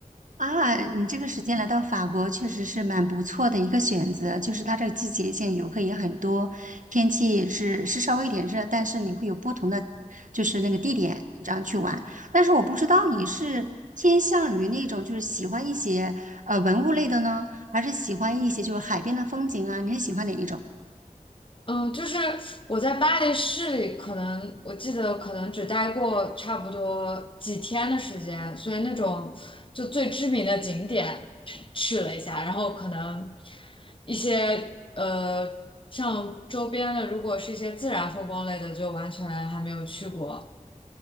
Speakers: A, on the right; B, on the left.
A: 啊，你这个时间来到法国确实是蛮不错的一个选择，就是它这个季节性游客也很多，天气是是稍微有点热，但是你会有不同的就是那个地点这样去玩。但是我不知道你是偏向于那种就是喜欢一些呃文物类的呢，还是喜欢一些就是海边的风景啊？你是喜欢哪一种？
B: 嗯，就是我在巴黎市里，可能我记得可能只待过差不多几天的时间，所以那种就最知名的景点去去了一下，然后可能一些呃像周边的，如果是一些自然风光类的，就完全还没有去过。